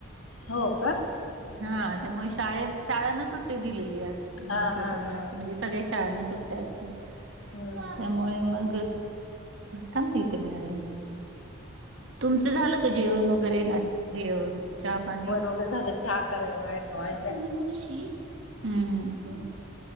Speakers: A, on the left; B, on the right.
A: हो का? हम्म
B: हा त्यामुळे शाळेत शाळांना सुट्टी दिलेली आज
A: हा
B: छोट्या
A: हा
B: मुलांची
A: हा
B: म्हणजे सगळ्या शाळांना सुट टी असत्यात,
A: हम्म
B: त्यामुळे मग थांब की इथे मी आले. तुमचं झालं का जेवण वगैरे ना हे चहा पाणी?
A: सगळ झाल चहा करायला <unintelligible>
B: सोनी मावशी. हम्म हम्म